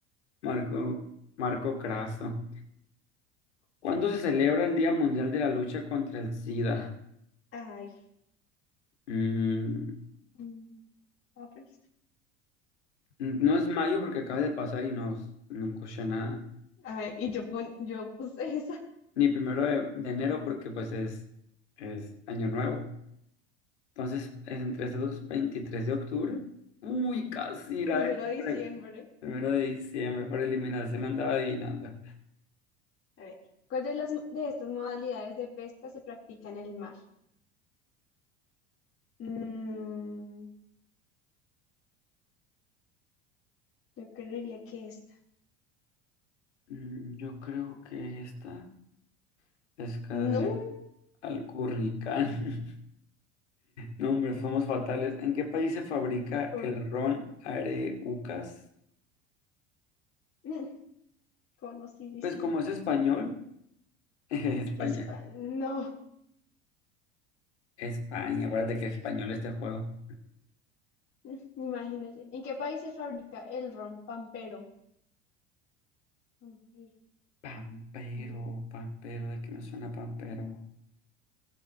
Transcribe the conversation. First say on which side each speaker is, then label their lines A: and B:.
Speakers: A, on the left (about 85°); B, on the left (about 40°).
A: Marco, Marco Craso. ¿Cuándo se celebra el Día Mundial de la Lucha contra el SIDA?
B: Ay,
A: Mm,
B: mm, vamos por esto.
A: no es mayo porque acaba de pasar y no, no escuché nada.
B: Ay, y yo, pon- yo puse esa.
A: Ni primero de, de enero porque pues es, es año nuevo. Entonces, es entre
B: <laughs>
A: estos dos, 23 de octubre. Uy, casi era
B: Primero
A: el
B: de diciembre.
A: primero de diciembre, por eliminación andaba adivinando.
B: A ver, ¿cuál de las de estas modalidades de pesca se practica en el mar? Mm, yo creería que esta.
A: Mm, Yo creo que esta pesca
B: No,
A: de curricán. <laughs> No, hombre, somos fatales. ¿En qué país se fabrica
B: por
A: el
B: mm,
A: ron Areucas?
B: <laughs> conocidísimo.
A: Pues como es español, <laughs> España.
B: Espa- no,
A: España, acuérdate que es español este juego.
B: <laughs> mm, imagínese. ¿En qué país se fabrica el ron pampero? Pampero,
A: Pampero,
B: mm,
A: Pampero, ¿de qué me suena Pampero?